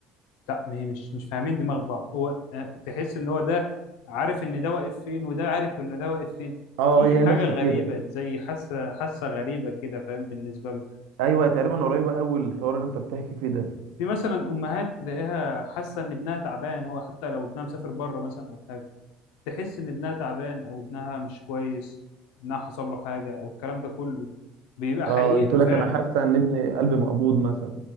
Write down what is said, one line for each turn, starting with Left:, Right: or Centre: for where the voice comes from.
Left: لا ما هي مش مش فاهمين دماغ بعض هو آه، تحس ان هو ده عارف ان ده واقف فين وده عارف ان ده واقف فين
Right: اه
Left: في
Right: هي
Left: حاجة
Right: نفس
Left: غريبة
Right: كده
Left: زي حاسة حاسة غريبة كده فاهم بالنسبة له
Right: ايوه تقريبا قريبه قوي الحوار اللي انت بتحكي فيه ده
Left: في مثلا امهات تلاقيها حاسة ان ابنها تعبان هو حتى لو ابنها مسافر بره مثلا او حاجة تحس ان ابنها تعبان او ابنها مش كويس ابنها حصل له حاجه او الكلام ده كله بيبقى حقيقه
Right: اه قلت لك
Left: فعلا
Right: انا حاسه ان ابني قلبي مقبوض مثلا